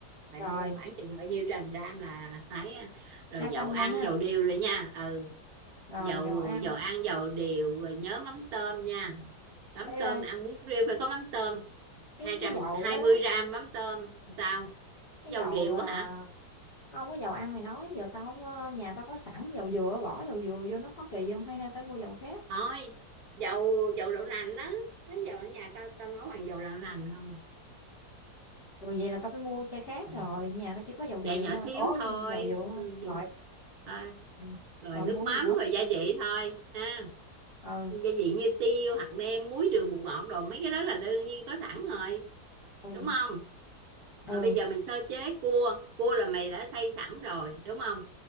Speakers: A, on the right (about 70°); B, on the left (about 40°).
A: mày
B: rồi
A: mua khoảng chừng bao nhiêu trăm gram là phải à, rồi
B: hai
A: dầu
B: trăm
A: ăn
B: gram ha
A: dầu điều rồi nha ừ
B: rồi
A: dầu
B: dầu ăn
A: dầu ăn dầu điều rồi nhớ mắm tôm nha mắm
B: cái
A: tôm ăn bún riêu phải có mắm tôm
B: cái,
A: hai
B: cái
A: trăm
B: dầu
A: hai
B: đó
A: mươi
B: đó
A: gram mắm tôm sao
B: cái
A: dầu
B: dầu
A: điều
B: ờ,
A: á hả
B: không cái dầu ăn mày nói giờ tao không, ờ, nhà tao có sẵn dầu dừa bỏ dầu dừa vô nó có kỳ không hay hay phải mua dầu khác
A: thôi dầu dầu đậu nành đó nó giờ ở nhà tao tao nấu bằng dầu đậu nành không
B: ừ, vậy là tao phải mua chai khác
A: à.
B: rồi nhà tao chỉ có dầu điều
A: dạ nhỏ
B: thôi
A: xíu
B: ố
A: thôi
B: dầu dừa thôi
A: ừ,
B: rồi
A: vậy thôi
B: rồi
A: rồi
B: rồi
A: nước
B: mua
A: mắm
B: gì nữa
A: rồi gia vị thôi ha
B: ừ
A: gia vị như tiêu hạt nêm muối đường bột ngọt rồi mấy cái đó là đương nhiên có sẵn rồi
B: ừ
A: đúng không
B: ừ
A: rồi bây giờ mày sơ chế cua cua là mày đã xay sẵn rồi đúng không